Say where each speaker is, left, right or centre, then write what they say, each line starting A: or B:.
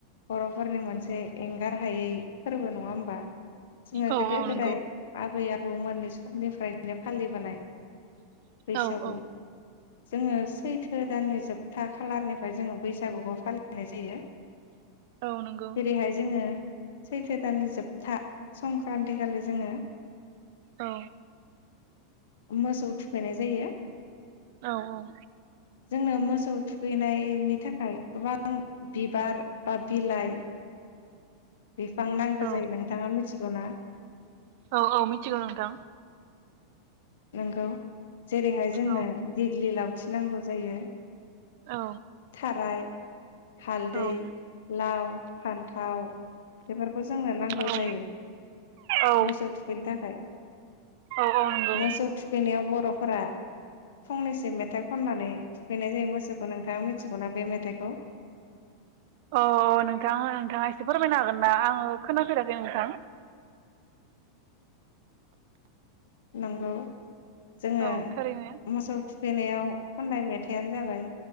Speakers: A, on the left (about 55°); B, on the right (about 50°).
A: बर'फोरनि मोनसे एंगार हायै फोरबो नङा होमबा? जोङो
B: औ
A: गोदो
B: औ
A: गोदाय
B: नंगौ
A: आबै आ बौमोननि समनिफ्रायनो फालिबोनाय बैसागु
B: औ औ
A: जोङो सैथो दाननि जोबथा खालारनि फ्राय जोङो बैसागुखौ फालिनाय जायो।
B: औ नंगौ
A: जेरैहाय जोङो सैथो दाननि जोबथा संक्रान्ति खालि जोङो
B: औ
A: मोसौ थुखैनाय जायो।
B: औ औ
A: जोंनो मोसौ थुखैनाय नि थाखाय गोबां बिबार बा बिलाइ बिफां नांगौ
B: औ
A: जायो। नोंथाङा मिथिगौ ना?
B: औ औ मिथिगौ नोंथां।
A: नोंगौ जेरैहाय जोंनो
B: औ
A: दिगलि लावथि नांगौ जायो
B: औ
A: थाराय हालदै
B: औ
A: लाव फान्थाव बेफोरखौ जोंनो नांगौ
B: औ
A: जायो।
B: औ
A: मोसौ थुखैनो थाखाय।
B: औ औ नंगौ
A: मोसौ थुखैनायाव बर'फोरा फंनैसो मेथाइ खननानै थुखैनाय जायो मोसौखौ नोंथाङा मिथिगौना बे मेथाइ
B: अ अ नोंथाङा नोंथाङा इसे फोरमायनो हागोन ना आङो खोनाफेराखै नोंथां?
A: नोंगौ जोङो
B: औ थारैनो
A: मोसौ थुखैनायाव खननाय मेथाइयानो जाबाय